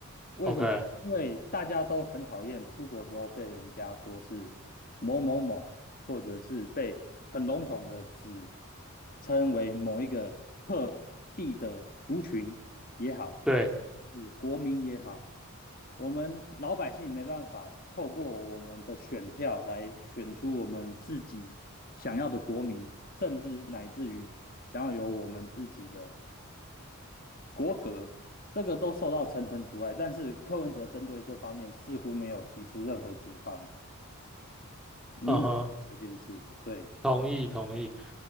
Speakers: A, on the left; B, in the centre.
A: 为什么？
B: ，OK，
A: 因为大家都很讨厌出国的时候被人家说是某某某，或者是被很笼统的指称为某一个特地的族群也好，
B: 对，
A: 是国民也好，我们老百姓没办法透过我们的选票来选出我们自己想要的国民，甚至乃至于想要有我们自己的国格，这个都受到层层阻碍。但是柯文哲针对这方面似乎没有提出任何解放。您怎么看这件事？
B: 嗯哼，
A: 对，
B: 同意同意。